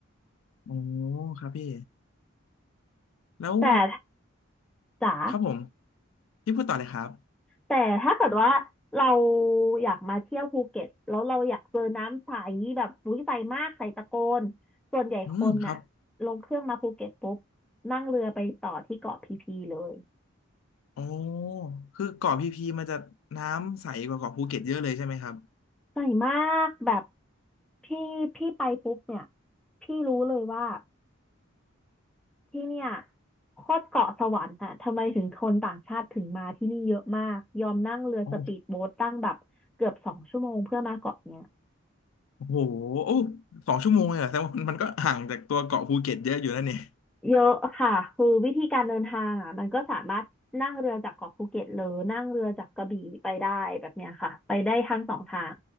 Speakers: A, on the left; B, in the centre.
A: โอ้ครับพี่แล้ว
B: แต่จ๋า
A: ครับผมพี่พูดต่อเลยครับ
B: แต่ถ้าเกิดว่าเราอยากมาเที่ยวภูเก็ตแล้วเราอยากเจอน้ำใสแบบอุ้ยใสมากใสตะโกนส่วนใหญ่คนน่ะ
A: อืมครับ
B: ลงเครื่องมาภูเก็ตปุ๊บนั่งเรือไปต่อที่เกาะพีพีเลย
A: โอ้คือเกาะพีพีมันจะน้ำใสกว่าเกาะภูเก็ตเยอะเลยใช่ไหมครับ
B: ใส่มากแบบพี่พี่ไปปุ๊บเนี่ยพี่รู้เลยว่า ที่เนี่ยโคตรเกาะสวรรค์อะทำไมถึงคนต่างชาติถึงมาที่นี่เยอะมากยอมนั่งเรือสปีดโบ๊ทตั้งแบบเกือบสองชั่วโมงเพื่อมาเกาะเนี่ย
A: โอ้โหโอ้สองชั่วโมงเลยเหรอแสดงว่ามันมันก็ห่างจากตัวเกาะภูเก็ตเยอะอยู่นะเนี่ย
B: เยอะค่ะคือวิธีการเดินทางอ่ะมันก็สามารถนั่งเรือจากเกาะภูเก็ตหรือนั่งเรือจากกระบี่ไปได้แบบเนี้ยค่ะไปได้ทั้งสองทาง